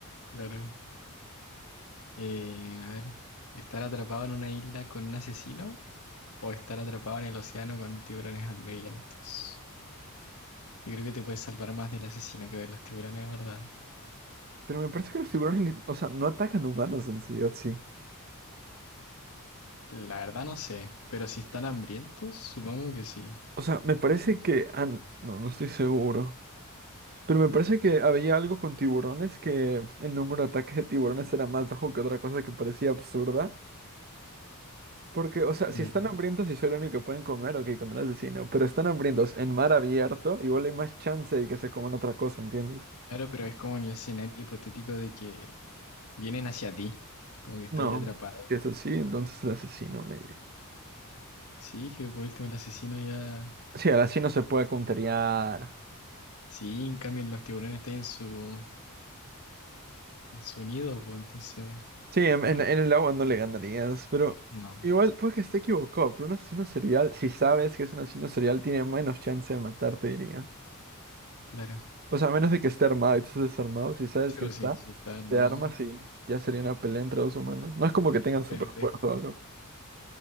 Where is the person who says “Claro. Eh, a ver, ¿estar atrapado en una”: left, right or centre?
Left